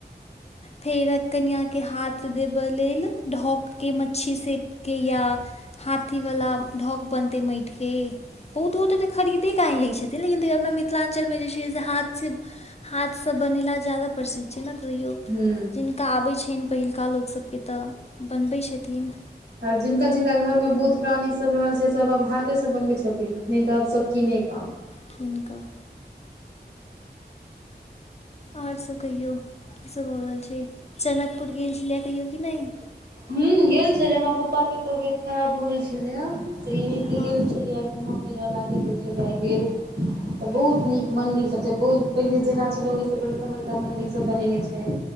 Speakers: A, on the left; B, on the right.
A: फेर कनियाके हाथ देबय लेल, ढकिके मच्छी से कि या हाथी वला ढ़क बनतै माटि के, बहुत गोटे त खरीदे क आनि लै छथिन, लेकिन तैयो अपना मिथिलांचलमे जे छै से, हाथसँ हाथसँ बनेलहा बेसी प्रसिद्ध छै ने, तैयो
B: हू।
A: जिनका अबै छनि पहिलुका लोक सभके तऽ, बनबै छथिन।
B: आर जिनका -जिनका घर मे, बुढ़ प्राणी सब रहल छथिन। त सब आब हाथे से बनबै छथिन, नहि तऽ आब सब कीने के।
A: किनकऽ। आओर सभ कहियौ, कीसभ भऽ रहल छै, जनकपुर गेल छलियै कहियौ कि नहि?
B: हॅं, गेल छलियै, हमर पप्पा के तबियत खराब भ गेल छलैए। तऽ एनहिते
A: हँ
B: गेल छलियै, घूमय- फिरऽ लाथे गेल छलियै, आ गेल तऽ बहुत नीक मंदिर सब छै, पहिने जेना छलै ओहिसँ बड़का -बड़का मंदिर सब बनेने छै‌।